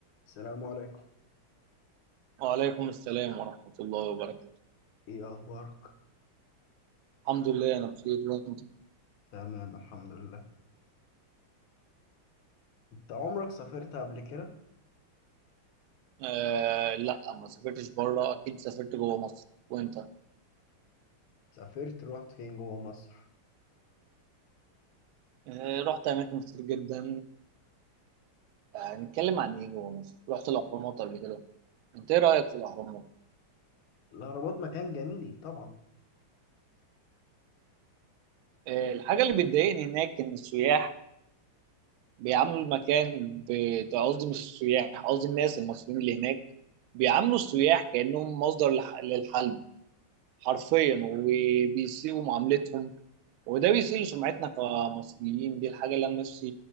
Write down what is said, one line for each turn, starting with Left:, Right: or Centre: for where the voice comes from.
Left: السلام عليكم
Right: وعليكم السلام ورحمة الله وبركاته
Left: ايه اخبارك
Right: الحمد لله أنا بخير وأنت
Left: تمام الحمد لله انت عمرك سافرت قبل كده
Right: آه لا ما سافرتش بره أكيد سافرت جوه مصر وأنت
Left: سافرت رحت فين جوه مصر
Right: آه رحت أماكن كتير جدا آه، هنتكلم عن إيه جوه مصر رحت الأهرامات قبل كده أنت إيه رأيك في الأهرامات
Left: الاهرامات مكان جميل طبعا
Right: آه الحاجة اللي بتضايقني هناك إن السياح بيعاملوا المكان ب- قصدي مش السياح قصدي الناس المصريين اللي هناك بيعاملوا السياح كأنهم مصدر لح- للحلم حرفيا وبيسيئوا معاملتهم وده بيسيء سمعتنا كمصريين دي الحاجة اللي أنا نفسي